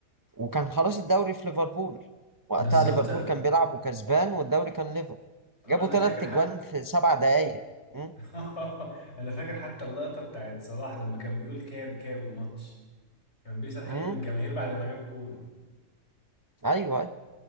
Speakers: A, on the right; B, on the left.
A: وكان خلاص الدوري في ليفربول وقتها
B: بالظبط
A: ليفربول كان بيلعب وكسبان والدوري كان ليفر
B: انا
A: جابوا ثلاث
B: فاكر
A: تجوان في سبع دقائق امم
B: <laughs> انا فاكر حتى اللقطة بتاعت صلاح لما كان بيقول كام كام الماتش كان بيسأل حد
A: امم
B: من الجماهير بعد ما جاب جون
A: ايوه أيوة.